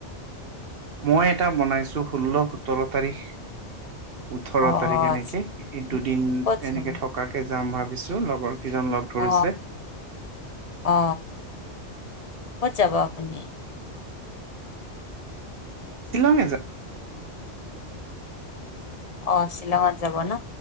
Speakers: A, on the right; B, on the left.
A: মই এটা বনাইছোঁ ষোল্ল সোতৰ তাৰিখ ওঠৰ
B: অ
A: তাৰিখ এনেকে
B: আচ্ছা
A: এই দুদিন
B: ক'ত যাম
A: এনেকে থকাকে যাম ভাবিছো লগৰ কেইজন লগ ধৰিছে।
B: অ অ, ক'ত যাব আপুনি?
A: শ্বিলং এ যাম
B: অ শ্বিলঙত যাব ন